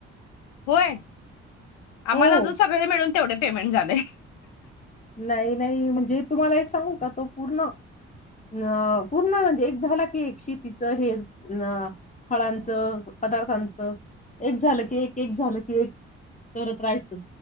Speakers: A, on the left (about 85°); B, on the left (about 25°).
A: होय. आम्हाला
B: हो
A: अजुन सगळे मिळून तेवढे पेमेंट झालय
B: नाही नाही म्हणजे तुम्हाला एक सांगू का तो पूर्ण अ पूर्ण म्हणजे एक झाला की एक शेतीच हे अ फळांचं पदार्थांचं एक झालं की एक एक झालं की एक करत राहायचं.